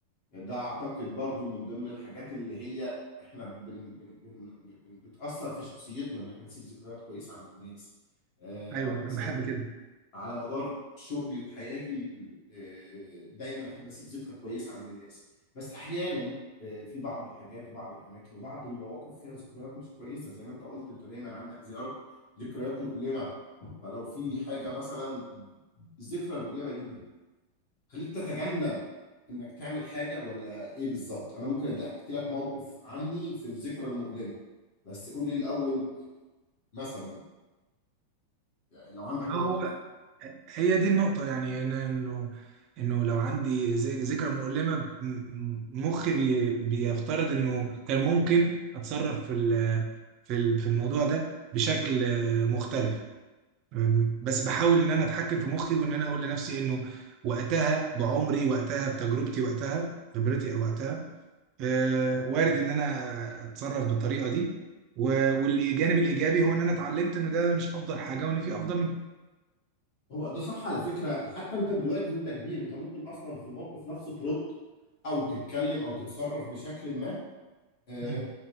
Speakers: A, on the left; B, on the right.
A: ده اعتقد برضو من ضمن الحاجات اللي هي احنا بن بن بن بن بتأثر في شخصيتنا ان احنا نسيب ذكريات كويسة عند الناس آه،
B: ايوه
A: انا مثلا
B: انا بحب كده
A: على مدار شغلي وحياتي آه، دايما احب اسيب ذكرى كويسة عند الناس بس احيانا آه، في بعض الحاجات وبعض الاماكن وبعض المواقف فيها ذكريات مش كويسة زي ما انت قلت انت دايما عندك زيارات ذكريات مؤلمة فلو في حاجة مثلا الذكرى المؤلمة دي بتخليك تتجنب انك تعمل حاجه ولا ايه بالظبط انا ممكن أدي- احكي لك موقف عني في الذكرى المؤلمه بس قول لي الاول مثلا لو عندك
B: هو
A: موقف
B: هي دي النقطة يعني أنا إنه إنه لو عندي ذ- ذكرى مؤلمة م- م- مخي بي بيفترض إنه كان ممكن أتصرف في ال- في ال- في الموضوع ده بشكل آه، مختلف أم، بس بحاول إن أنا أتحكم في مخي وإن أنا أقول لنفسي إنه وقتها بعمري وقتها بتجربتي وقتها خبرتي أو وقتها آه، وارد إن أنا أتصرف بالطريقة دي و- والجانب الإيجابي هو إن أنا اتعلمت إنه ده مش أفضل حاجة وإن في أفضل
A: هو ده صح على فكره حتى انت دلوقتي وانت كبير انت ممكن اصلا في الموقف نفسه ترد او تتكلم او تتصرف بشكل ما آه
B: منه.